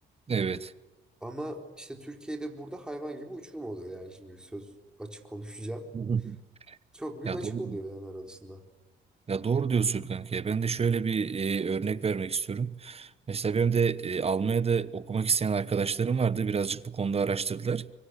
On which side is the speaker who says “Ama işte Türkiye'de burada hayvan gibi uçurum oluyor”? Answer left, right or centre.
Centre